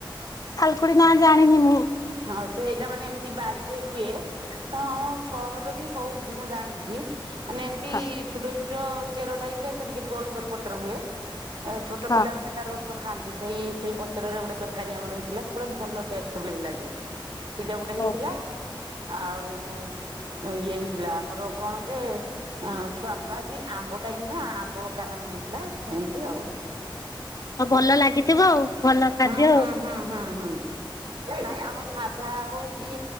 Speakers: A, on the left (about 45°); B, on the right (about 65°).
A: <unintelligible> ନାଁ ଜାଣିିନି ମୁଁ
B: ହଁ ସେଇଟା ମାନେ ଏମିତି ବାଡିରେ ହୁଏ ହଁ ହଁ ସହରରେ ବି କହୁଛି ମୁଁ ଜାଣିଛି ମାନେ ଏମିତି
A: ହଁ
B: ଛୋଟ ଛୋଟ ଚେର ଟାଇପରେ ସେମିତି ଗୋଲ ଗୋଲ ପତ୍ର ହୁଏ ଏ ଛୋଟ
A: ହଁ
B: ପିଲାମାନେ ତାର ର ଖାଆନ୍ତି। ସେଇ ସେଇ ପତ୍ରରେ ଗୋଟେ ତରକାରୀ ଆମର ହେଇଥିଲା। ସେ ଗୁଟେ ଭଲ ଟେଷ୍ଟ ବୋଲି ବି ଲାଗେ। ଗେ। ସେଇଟା ଗୋଟେ ହେଇଥିଲା
A: ହଉ
B: ଆଉ ଇଏ ହେଇଥିଲା ଆମର କଣ ଯେ ଆ ଛୁଆମକା ଆଜି ଆମ୍ବ ଟାଇମ୍ ନା ଆମ୍ବ କା ହେଇଥିଲା। ଏମତି ଆଉ।
A: ଆଉ ଭଲ ଲାଗିଥିବ ଆଉ? ଭଲ ଖାଦ୍ୟ
B: ହଁ ହଁ
A: ଆଉ
B: ହଁ ହଁ ହଁ। ନାଇଁ ଆମ ସାଧା ହଉ କି